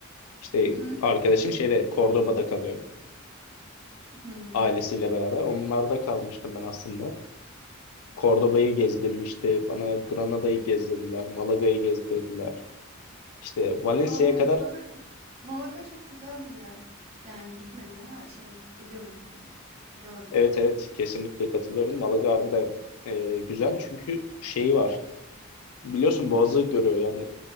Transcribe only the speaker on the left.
İşte
arkadaşım şeyde Cordoba'da kalıyor
ailesiyle beraber. Onlarda kalmıştım ben aslında. Cordoba'yı gezdim işte bana Granada'yı gezdirdiler, Malaga'yı gezdirdiler. İşte Valencia'ya
kadar
Evet evet kesinlikle katılıyorum. Malaga harbiden e, güzel çünkü şeyi var. Biliyorsun Boğaz'ı görüyor yani.